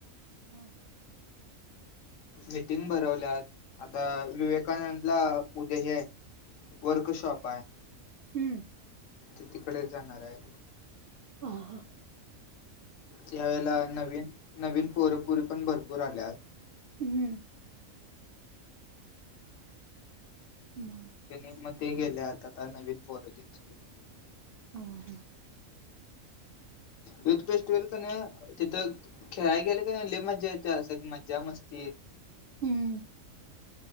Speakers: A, on the right; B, on the left.
A: हा..
B: मीटिंग भरवल्यात आता विवेकानंदला उद्या हे आहे. वर्कशॉप आहे.
A: हू...
B: ती तिकडेच जाणार आहे.
A: ह हा....
B: त्या वेळेला नवीन नवीन पोर पोरी पण भरपूर आल्यात.
A: हू... <inaudible>
B: <unintelligible>
A: ह ह..
B: युथ फेस्टिवल कणी तिथं, खेळाय गेले कणी लई मज्जा येत्या अस मज्जा मस्ती.
A: ह...